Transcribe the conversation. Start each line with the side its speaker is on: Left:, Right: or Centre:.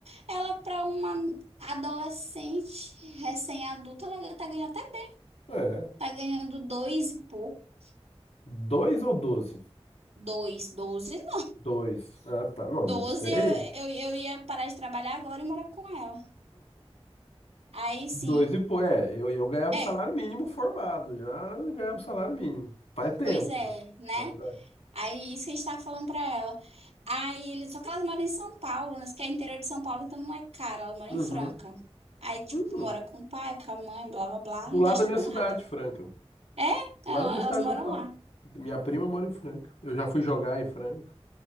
Right: ela para uma adolescente recém-adulta, ela tá ganhando até bem,
Left: é.
Right: tá ganhando dois e pouco,
Left: Dois ou doze?
Right: dois, doze.
Left: Dois. Ah, tá. Não, não
Right: doze
Left: sei.
Right: eu, eu, eu ia parar de trabalhar agora e morar com ela. Aí, sim,
Left: Dois e pô, é, eu, eu ganhava
Right: é,
Left: o salário mínimo formado, já ganhava o salário mínimo. Faz tempo,
Right: pois é,
Left: né?
Right: né?
Left: Mas vai.
Right: Aí, isso que a gente tava falando pra ela. Aí, ele- só que elas moram em São Paulo, né? Que é interior de São Paulo, então não é caro, elas moram
Left: Uhum.
Right: em Franca. Aí, tipo,
Left: Hum,
Right: mora com o pai, com a mãe, blá, blá, blá,
Left: do
Right: não
Left: lado
Right: gasta
Left: da minha
Right: com
Left: cidade,
Right: nada.
Left: Franca.
Right: É,
Left: Do
Right: ela-
Left: lado da minha cidade
Right: elas moram
Left: natal.
Right: lá.
Left: Minha prima mora em Franca. Eu já fui jogar em Franca,